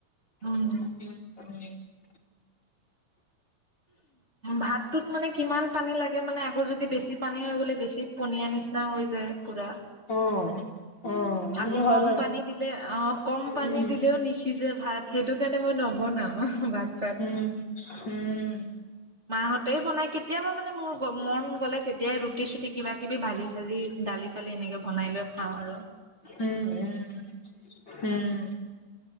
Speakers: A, on the right; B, on the left.
A: উম,
B: উম উম,
A: ভাতটোত মানে কিমান পানী লাগে, মানে আকৌ যদি বেছি পানী হৈ গ'লে বেছি পনীয়া নিচিনা হৈ যায় পুৰা।
B: অ, অ সেইটো
A: আকৌ
B: হয়
A: কম
B: বাৰু
A: পানী দিলে, অ, কম পানী
B: উম
A: দিলেও নিসিজে ভাত সেইটো কাৰণে মই নবনাও ভাত। চাত।
B: উম, উম,
A: মা, হতেই বনাই, কেতিয়াবা মানে মোৰ মন গলে, তেতিয়াই ৰুটি- চুটি কিবা কিবি ভাজি চাজি দালি দালি এনেকে বনাই লৈ খাওঁ, আৰু
B: উম, উম, উম,